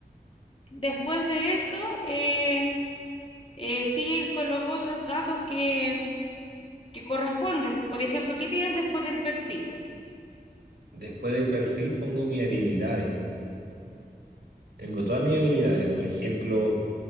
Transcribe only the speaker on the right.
Después de perfil pongo mis habilidades. Tengo todas mis habilidades.
Por ejemplo,